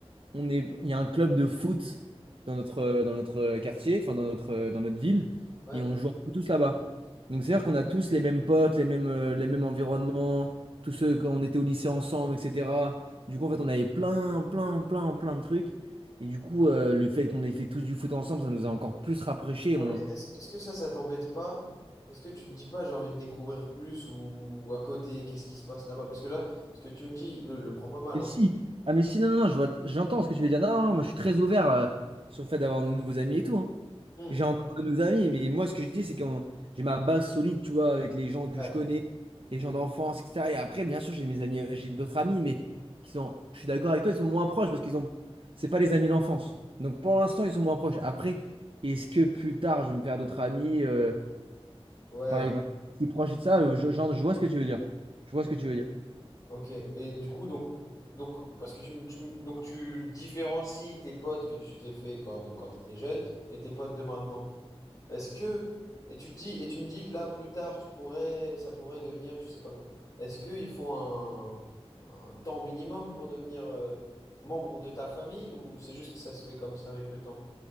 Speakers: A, on the right (about 55°); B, on the left (about 40°).
A: on est, il y a un club de foot dans notre, euh, dans notre euh, quartier, enfin dans notre, euh, dans notre ville,
B: Ouais.
A: et on joue un peu tous là-bas. Donc c'est-à-dire qu'on a tous les mêmes potes, les mêmes, euh, les mêmes environnements, tous ceux quand on était au lycée ensemble, etc. Du coup, en fait, on avait plein, plein, plein, plein de trucs. Et du coup, euh, le fait qu'on ait fait tous du foot ensemble, ça nous a encore plus rapprochés.
B: Ouais, mais est-ce, est-ce que ça, ça t'embête pas? Est-ce que tu te dis pas, j'ai envie de découvrir plus ou, ou à côté, qu'est-ce qui se passe là-bas? Parce que là, ce que tu me dis, le, le prend pas mal,
A: Mais
B: hein.
A: si. Ah mais si, non, non, non, je vois, j'entends ce que tu veux dire. Non, non, moi je suis très ouvert euh, sur le fait d'avoir de nouveaux amis et tout. hein.
B: Hmm.
A: J'ai encore de nouveaux amis, mais moi ce que je dis, c'est que j'ai ma base solide, tu vois, avec les gens que
B: Ouais.
A: je connais, les gens d'enfance, etc. Et après, bien sûr, j'ai mes amis, euh, j'ai d'autres amis, mais qui sont, je suis d'accord avec toi, ils sont moins proches parce qu'ils ont, c'est pas les amis d'enfance. Donc pour l'instant, ils sont moins proches. Après, est-ce que plus tard, je vais me faire d'autres amis, euh,
B: Ouais.
A: enfin, ils vont être plus proches et tout ça, euh, je, genre, je vois ce que tu veux dire. Je
B: Hmm.
A: vois ce que tu veux dire.
B: Ok. Et du coup, donc, donc, parce que tu, me- tu, me- donc, tu différencies tes potes que tu t'es fait quand, donc, quand t'étais jeune et tes potes de maintenant. Est-ce que, et tu te dis, et tu me dis que là, plus tard, tu pourrais, ça pourrait devenir, tu sais pas quoi. Est-ce qu'il faut un, un temps minimum pour devenir euh, membre de ta famille ou c'est juste que ça se fait comme ça avec le temps?